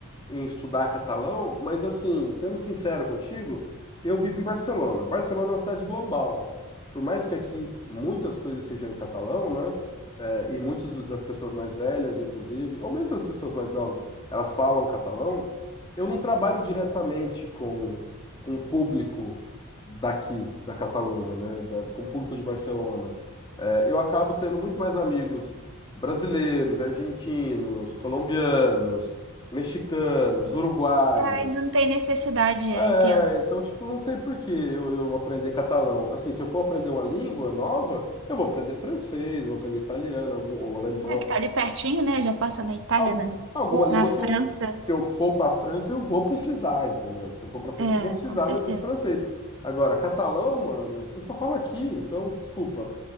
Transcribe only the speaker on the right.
É, ainda não tem necessidade, é,
entendo.
É que tá ali pertinho, né? Já passa na Itália,
né?
Na
França.
É,
com certeza.